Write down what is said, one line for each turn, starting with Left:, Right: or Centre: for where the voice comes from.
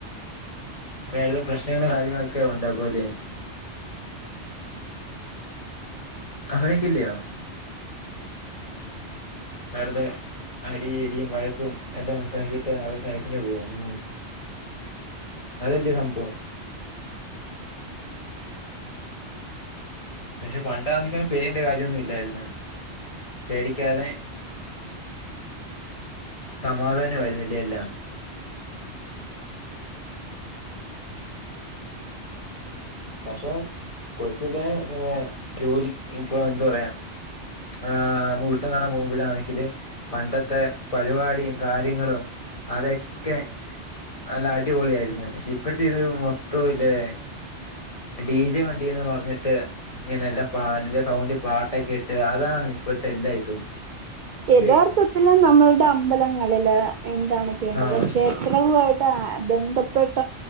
Left: വേറതെ പ്രശ്നങ്ങളും കാര്യങ്ങളൊക്കെ ഉണ്ടാക്കും അല്ലേ അങ്ങനെക്കെ ഇല്ലിയോ
Right: <inaudible>
Left: നേരത്തെ അടിയും ഇടിയും വഴക്കും എല്ലാം ഉണ്ടാക്കിയിട്ട് അവര് നൈസിന് പോകും അതെല്ലേ സംഭവം പക്ഷെ പണ്ടാന്നെങ്കി പേരിന്റെ കാര്യോന്നും ഇല്ലായിന്ന് പേടിക്കാതെ സമാധാനമായിരുന്നില്ലേ എല്ലാം പക്ഷെ കൊച്ചിലെ ജോലി ഇപ്പൊ എന്താ പറയാ ആഹ് ഉൽസവാം കാണാൻ പോകുമ്പഴാണെങ്കില് പണ്ടത്തെ പരിപാടിയും കാര്യങ്ങളും അതൊക്കെ അല്ല അടിപൊളി ആയിരുന്നു പക്ഷെ ഇപ്പഴത്തെ ഇത് മൊത്തവും ഇല്ലേ ഡി ജെ വണ്ടിന്ന് പറഞ്ഞിട്ട് ഇങനെല്ല വല്യ സൗണ്ട്ൽ പാട്ടൊക്കെ ഇട്ട് അതാണ് ഇപ്പഴത്തെ എല്ലാ ഇതും
Right: യഥാർത്ഥത്തില്
Left: ഇല്ലേ
Right: നമ്മളുടെ അമ്പലങ്ങളില് എന്താണ് ചെയ്യേണ്ടത്
Left: ആഹ്
Right: ക്ഷേത്രവുമായി ട്ട് ബന്ധപ്പെട്ട